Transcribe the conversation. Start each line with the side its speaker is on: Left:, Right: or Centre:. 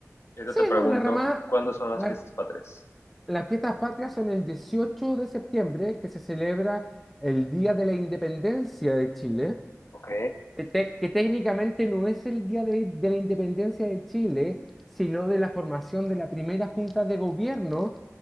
Left: y ahorita
Centre: Sí,
Left: te pregunto
Centre: no, la ramada,
Left: cuándo son las
Centre: la-
Left: fiestas patrias.
Centre: las fiestas patrias son el 18 de septiembre, que se celebra el Día de la Independencia de Chile,
Left: Ok,
Centre: que, tec- que técnicamente no es el Día de, de la Independencia de Chile, sino de la formación de la primera Junta de Gobierno